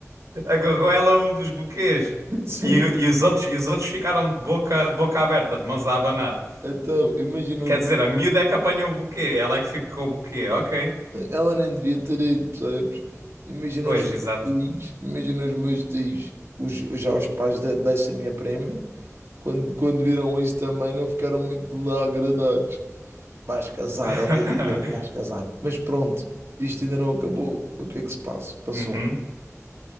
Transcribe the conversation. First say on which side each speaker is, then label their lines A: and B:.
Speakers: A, on the right; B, on the right.
A: Agarrou ela um dos buquês.
B: Sim.
A: E, e os outros, e os outros ficaram de boca, de boca aberta, de mãos a abanar.
B: Então, imagina
A: Quer
B: os meus...
A: dizer, a miúda é que apanhou o buquê, ela é que fica com o buquê, ok.
B: Ela nem devia ter ido, percebes? Imagina
A: Pois,
B: os meus
A: exato.
B: tios, imagina os meus tios, os, já os pais de- dessa minha prima, quando, quando viram isso também não ficaram muito lá agradados. Vais casar,
A: <laughs>
B: ela dizer, vais casar. Mas pronto, isto ainda não acabou. O que é que se passa? Passou.
A: Uhum.